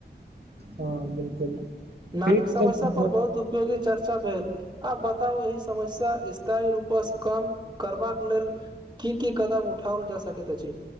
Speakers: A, on the right; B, on the right.
A: हँ बिलकुल
B: नालाक
A: ठीक
B: समस्यापर
A: तऽ
B: बहुत उपयोगी चर्चा भेल। आ बताउ, एहि समस्याकेँ स्थायी रूपसँ कम करबाक लेल की की कदम उठाओल जा सकैत अछि?